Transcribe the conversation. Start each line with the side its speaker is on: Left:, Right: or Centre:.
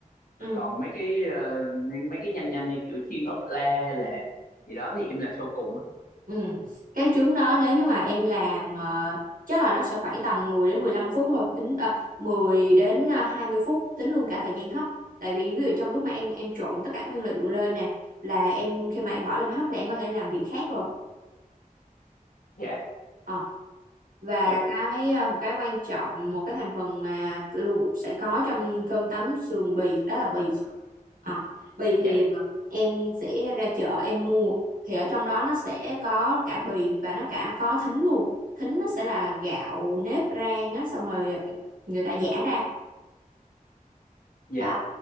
Right: ừ,
Left: còn mấy cái ờ, mấy cái nhanh nhanh như kiểu chiên ốp la hay là gì đó thì em làm sau cùng á
Right: ừ. Cái trứng đó nếu như mà em làm ờ, chắc là nó sẽ khoảng tầm 10 đến 15 phút thôi, tính à, 10 đến à, 20 phút tính luôn cả thời gian hấp. Tại vì ví dụ trong lúc mà em em trộn tất cả nguyên liệu lên nè là em khi mà em bỏ lên hấp là em có thể làm việc khác rồi.
Left: dạ
Right: Ờ, và
Left: ồ
Right: cái à, một cái quan trọng một cái thành phần mà luôn sẽ có trong cơm tấm sườn bì đó là bì à, bì
Left: dạ
Right: thì à, em sẽ ra chợ em mua thì ở trong đó nó sẽ có cả bì và nó cả có thính luôn thính nó sẽ là gạo nếp rang á xong rồi ờ, người ta giã ra
Left: dạ
Right: đó